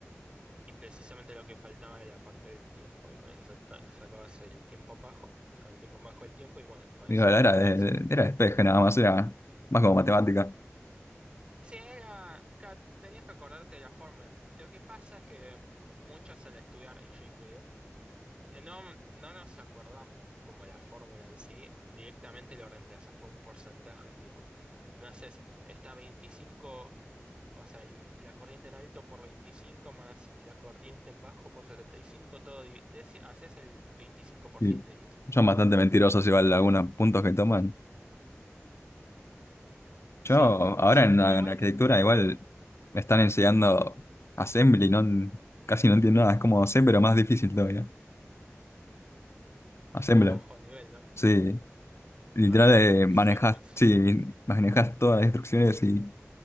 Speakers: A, on the right; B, on the left.
A: Y precisamente lo que faltaba era la parte del tiempo, y con eso saca- sacabas el tiempo en bajo, con el tiempo en bajo el tiempo, y bueno, con
B: Digo,
A: eso
B: era
A: la frecuencia.
B: de, era despeje nada más, era más como matemática.
A: Sí, era, ca- tenías que acordarte de la fórmula. Lo que pasa es que muchos al estudiar, y yo incluido, eh, no, no nos acordamos como la fórmula en sí, directamente lo reemplazas por un porcentaje, tipo, no sé, está veinticinco O sea, el- la corriente en alto por 25 más la corriente en bajo por 75, todo divi- de ese- haces el veinticinco por
B: Y
A: ciento y listo.
B: son bastante mentirosos igual algunos puntos que toman.
A: Sí,
B: Yo ahora
A: siento
B: en, la-
A: igual
B: en arquitectura igual me están enseñando Assembly, no, casi no entiendo nada, es como C pero más difícil todavía.
A: eh,
B: Assembler,
A: más bajo nivel, ¿no?
B: sí. Literal
A: Más instrucciones.
B: eh, manejas, sí, manejas todas las instrucciones y